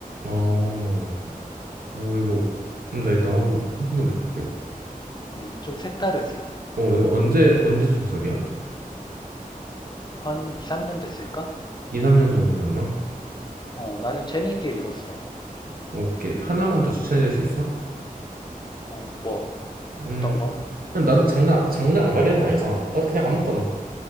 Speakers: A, on the right; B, on the left.
A: 어, 오, 이거. 음, 나 이따 한번 확인해 볼게.
B: 음, 좀 색다르지.
A: 어, 이거 언제, 언제 소설이야?
B: 한 2, 3년 됐을까?
A: 2, 3년 정도 됐나?
B: 어, 나는 재미있게 읽었어.
A: 오케이. 하나만 더 추천해 줄 수 있어?
B: 어, 뭐,
A: 음,
B: 어떤 거?
A: 난 장르, 장르 안 가리는 거 알잖아. 나 그냥 아무거나.